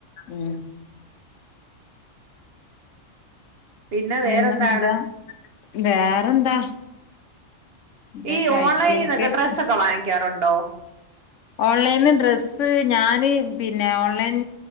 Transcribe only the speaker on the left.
ഉം
പിന്നെന്താ
വേറെന്താ ഇതൊക്കെ
അയച്ചീനിക്ക്
ഓൺലൈനിന്ന് ഡ്രസ്സ് ഞാന് പിന്നെ ഓൺലൈൻ